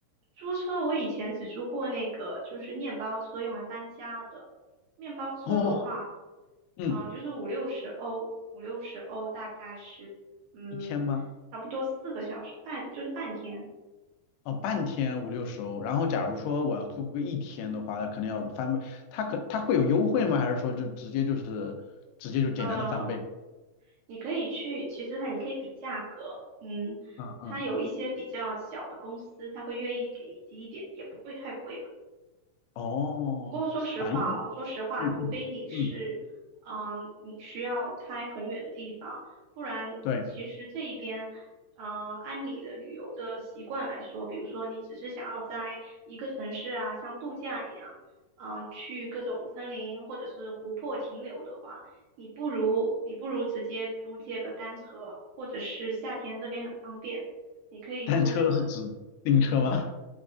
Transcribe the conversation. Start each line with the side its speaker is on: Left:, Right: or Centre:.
Right: 租车我以前只租过那个，就是面包车用来搬家的。面包车的话，
Left: 哦，嗯，
Right: 嗯、就是五六十欧，五六十欧大概是，嗯，
Left: 一天吗？
Right: 差不多四个小时半，就是半天。
Left: 哦，半天五六十欧。然后假如说我要租个一天的话，那可能要翻倍。它可它会有优惠吗？还是说就直接就是直接就简单的翻倍？
Right: 呃，你可以去，其实它你可以比价格，嗯，
Left: 嗯嗯，
Right: 它有一些比较小的公司，它会愿意给你低一点，也不会太贵吧。
Left: 哦，
Right: 不过说实话，
Left: 啊，因为
Right: 我说实话，
Left: 嗯嗯嗯，
Right: 除非你是，嗯、你需要开很远的地方，不然其实这一边，
Left: 对，
Right: 嗯、按你的旅游的习惯来说，比如说你只是想要在一个城市啊，像度假一样，嗯、去各种森林或者是湖泊停留的话，你不如你不如直接租借个单车，或者是夏天这边很方便，你可以租那个，
Left: 单车是指自行车吗